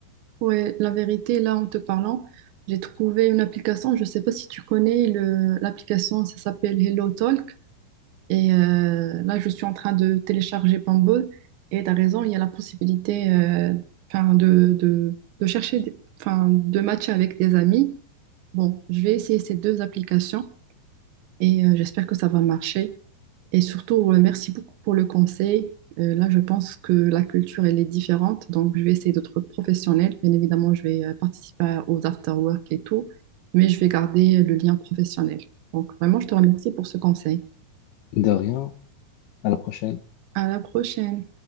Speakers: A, on the right; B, on the left.
A: Ouais, la vérité, là, en te parlant, j'ai trouvé une application, je sais pas si tu connais le, l'application, ça s'appelle Hello Talk. Et euh, là, je suis en train de télécharger Bumble. Et tu as raison, il y a la possibilité euh, 'fin, de, de, de chercher, des- 'fin, de matcher avec des amis. Bon, je vais essayer ces deux applications et euh, j'espère que ça va marcher. Et surtout, euh, merci beaucoup pour le conseil. Euh, là, je pense que la culture, elle est différente. Donc, je vais essayer d'être professionnelle. Bien évidemment, je vais euh, participer à- aux after-work et tout, mais je vais garder le lien professionnel. Donc, vraiment, je te remercie pour ce conseil.
B: De rien, à la prochaine.
A: À la prochaine.